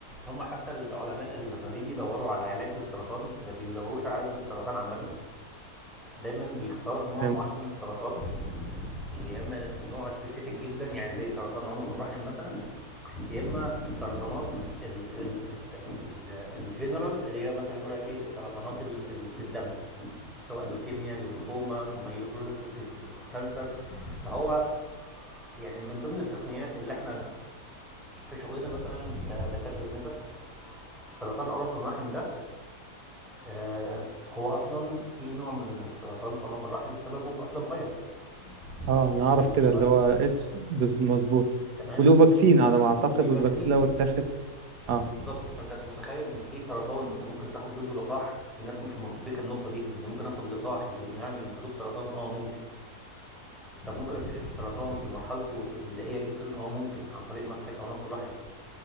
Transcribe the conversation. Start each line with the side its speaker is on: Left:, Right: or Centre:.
Centre: هم حتى العلماء اللي لما بيجي يدوروا على علاج للسرطان ما بيدوروش على علاج للسرطان عامه دايما بيختار نوع
Right: فهمت
Centre: معين من السرطان يا اما نوع سبيسيفيك جدا يعني زي سرطان عنق الرحم مثلا يا اما السرطانات ال- ال- الت- ال- الجنرال اللي هي مثلا يقول لك ايه السرطانات ال- اللي في الدم سواء لوكيميا ليمفوما مايلوبروفيتيف كانسر فهو يعني من ضمن التقنيات اللي احنا في شغلنا مثلا كدكاتره نساء سرطان عنق الرحم ده آه، هو اصلا في نوع من السرطان في عنق الرحم سببه اصلا فيروس
Right: اه انا
Centre: اتش
Right: اعرف
Centre: بي في
Right: كده
Centre: فيروس
Right: اللي هو اتش مظبوط
Centre: تمام
Right: وله فاكسين على ما اعتقد
Centre: وليه فاكسين
Right: والفاكسين لو اتاخد اه
Centre: بالظبط فانت متخيل ان في سرطان انت ممكن تاخد ضده لقاح في ناس مش مدركه النقطه دي ان ممكن اخد لقاح يمنعني من حدوث سرطان اه ممكن طب ممكن اكتشف السرطان في مرحلته البدائيه جدا اه ممكن عن طريق مسحه عنق الرحم